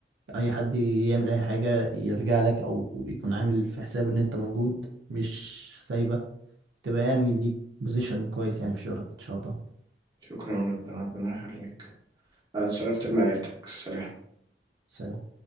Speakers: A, on the right (about 75°); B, on the right (about 25°).
A: اي حد يعمل اي حاجة يرجع لك او يكون عامل في حسابه ان انت موجود مش سايبة تبقى يعني ليك بوزيشن كويس يعني في شغلك ان شاء الله
B: شكرا جدا ربنا يخليك أنا اتشرفت
A: سلام
B: بمعرفتك سلام
A: سلام